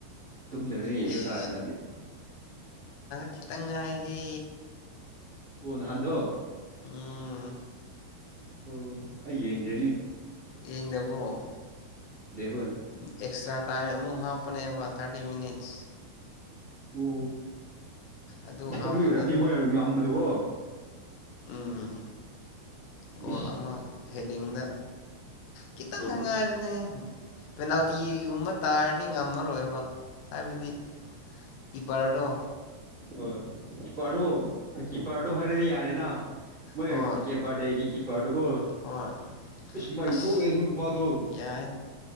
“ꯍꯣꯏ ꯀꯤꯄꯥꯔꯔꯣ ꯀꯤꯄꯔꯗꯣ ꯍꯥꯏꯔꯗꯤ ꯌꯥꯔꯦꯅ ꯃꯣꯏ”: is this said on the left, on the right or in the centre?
Right